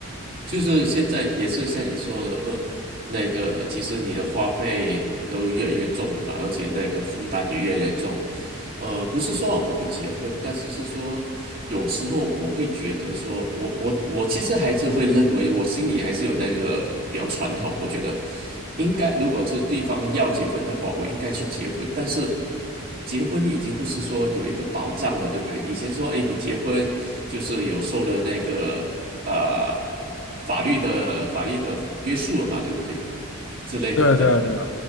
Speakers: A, on the right; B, on the left.
A: 就是现在也是像你说的，呃，那个其实你的花费都越来越重了嘛，而且那个负担也越来越重。呃，不是说我们不结婚，但是是说有时候我会觉得说，我我我其实还是会认为，我心里还是有那个比较传统，我觉得应该如果是对方要结婚的话，我应该去结婚。但是结婚已经不是说有一个保障了，对不对？以前说，哎，你结婚就是有受的那个。呃法律的法律的约束了嘛，对不对？之类等等的。
B: 对对对，